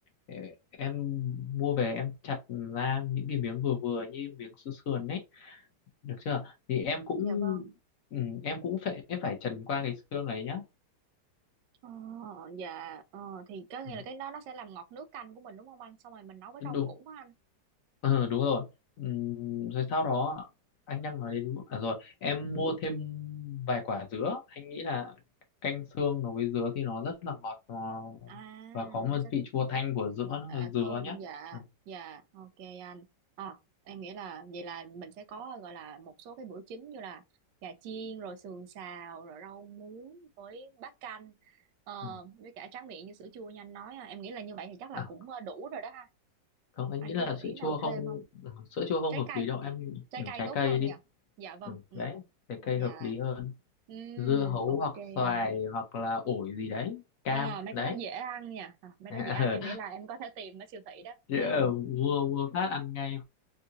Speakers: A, on the left; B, on the right.
A: ờ, em mua về em chặt ra những cái miếng vừa vừa như miếng xương sườn ấy được chưa thì em cũng
B: dạ vâng
A: ừ, em cũng phải em phải trần qua cái xương ấy nhá
B: Ờ, dạ ờ, thì có nghĩa
A: Ừ.
B: là cái đó nó sẽ làm ngọt nước canh của mình đúng không anh xong rồi mình nấu với
A: Đúng
B: rau củ á anh
A: Ừ, đúng rồi. Ừm, rồi sau đó anh đang nói đến à rồi em mua thêm vài quả dứa. Anh nghĩ là canh xương nó với dứa thì nó rất là ngọt nó,
B: à
A: và có một
B: nó sẽ
A: vị chua thanh của dứa
B: à, thơm
A: dứa nhé.
B: dạ
A: Ừ.
B: dạ ok anh Ờ, em nghĩ là vậy là mình sẽ có gọi là một số cái bữa chính như là gà chiên rồi sườn xào rồi rau muống với bát canh ờ,
A: Ừ.
B: với cả tráng miệng như sữa chua như anh nói à. em nghĩ là như vậy thì chắc là
A: À
B: cũng ờ, đủ rồi đó ha
A: không, anh
B: anh
A: nghĩ
B: có
A: là
B: gợi
A: sữa
B: ý nào
A: chua
B: thêm
A: không
B: không
A: ừ, sữa chua không
B: trái
A: hợp
B: cây
A: lý đâu em
B: trái
A: ừ,
B: cây
A: trái
B: tốt
A: cây
B: hơn
A: đi.
B: nhỉ dạ vâng
A: Ừ,
B: ừ
A: đấy trái
B: dạ
A: cây hợp lý hơn.
B: Ừm,
A: Dưa hấu
B: ok
A: hoặc xoài
B: anh
A: hoặc là ổi gì đấy cam
B: À, mấy
A: đấy.
B: cái đó dễ ăn nha à, mấy
A: <laughs>
B: đó dễ ăn
A: Ờ,
B: em nghĩ là em có thể tìm ở siêu thị đó
A: chứ,
B: ừ,
A: ờ, mua mua phát ăn ngay